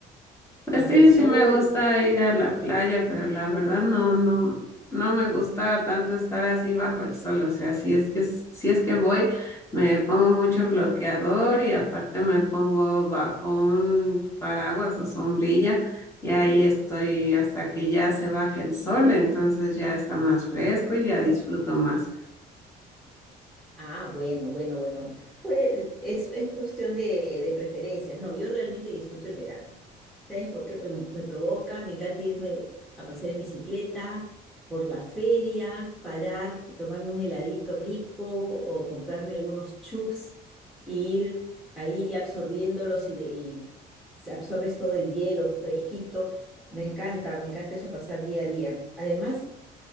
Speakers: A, on the left; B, in the centre.
A: Pues
B: Bajo
A: sí,
B: el sol.
A: sí me gusta ir a la playa, pero la verdad no, no, no me gusta tanto estar así bajo el sol. O sea, si es que, si es que voy, me pongo mucho bloqueador y aparte me pongo bajo un paraguas o sombrilla y ahí estoy hasta que ya se baje el sol, entonces ya está más fresco y ya disfruto más.
B: Ah, bueno, bueno, bueno. Pues es, es cuestión de, de preferencias. No, yo realmente disfruto el verano. ¿Sabes por qué? Porque me, me provoca, me encanta irme a pasear en bicicleta, por la feria, parar y tomarme un heladito rico o comprarme algunos chups y ir ahí absorbiéndolos y, de, y se- absorbes todo el hielo fresquito. Me encanta, me encanta eso pasar día a día. Además,